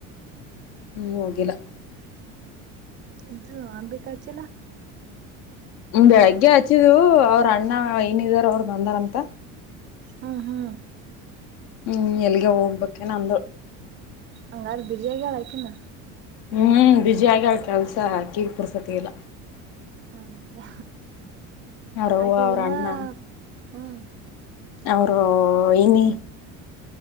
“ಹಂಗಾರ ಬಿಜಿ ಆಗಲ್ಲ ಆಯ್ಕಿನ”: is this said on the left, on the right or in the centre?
Right